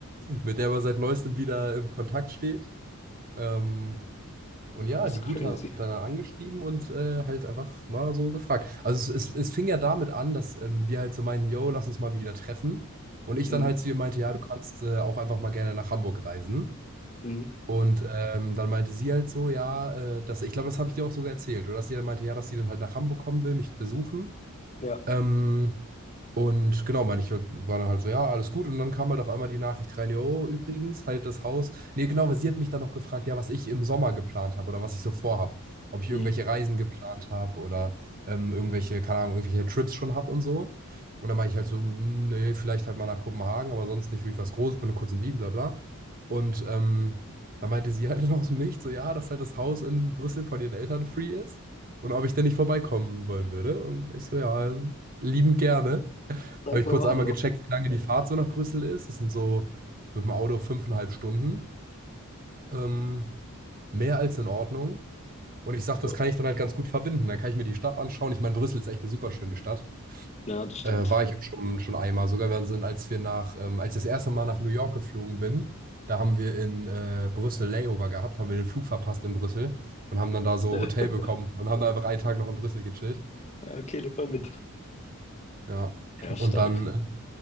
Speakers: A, on the right (about 40°); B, on the left (about 30°).
A: mit der man seit neuestem wieder im Kontakt steht. Ähm, und ja,
B: Das
A: die
B: ist crazy.
A: Gute hat dann angeschrieben und äh, halt einfach mal so gefragt. Also es, es, es fing ja damit an, dass ähm, wir halt so meinen, yo, lass uns mal wieder treffen. Und ich
B: Mm,
A: dann halt zu ihr meinte, ja, du kannst äh, auch einfach mal gerne nach Hamburg reisen.
B: mm,
A: Und ähm, dann meinte sie halt so, ja, äh, dass, ich glaube, das habe ich dir auch sogar erzählt, oder dass sie dann meinte, ja, dass sie dann halt nach Hamburg kommen will, mich besuchen.
B: ja,
A: Ähm, und genau, meine ich, war dann halt so, ja, alles gut. Und dann kam halt auf einmal die Nachricht rein, jo, übrigens, halt das Haus. Nee, genau, weil sie hat mich dann noch gefragt, ja, was ich im Sommer geplant habe oder was ich so vorhab. Ob ich
B: mm.
A: irgendwelche Reisen geplant habe oder ähm, irgendwelche, keine Ahnung, irgendwelche Trips schon habe und so. Und dann meine ich halt so, "Mm, nee, vielleicht halt mal nach Kopenhagen, aber sonst nicht wirklich was Großes, bin nur kurz in Wien, bla bla. Und ähm, dann meinte sie halt <laughs> dann aus dem Nichts, so, ja, dass halt das Haus in Brüssel von ihren Eltern free ist und ob ich denn nicht vorbeikommen wollen würde. Und ich so, ja, liebend gerne.
B: Sag
A: Habe ich
B: mir
A: kurz
B: mal
A: einmal
B: Hallo.
A: gecheckt, wie lange die Fahrt so nach Brüssel ist. Es sind so mit dem Auto fünfeinhalb Stunden. Ähm, mehr als in Ordnung. Und ich sage, das
B: Ja,
A: kann ich dann halt ganz gut verbinden. Dann kann ich mir die Stadt anschauen. Ich meine, Brüssel ist echt eine super schöne Stadt.
B: ja, das stimmt.
A: Äh, war ich auch schon, schon einmal. Sogar wir sind, als wir nach, ähm, als ich das erste Mal nach New York geflogen bin, da haben wir in äh, Brüssel Layover gehabt, haben wir den Flug verpasst in Brüssel und haben dann da so
B: <laughs>
A: Hotel bekommen und haben da einfach einen Tag noch in Brüssel gechillt.
B: Ja, okay, nimm mal mit.
A: Ja.
B: Ja, stark.
A: Und dann äh,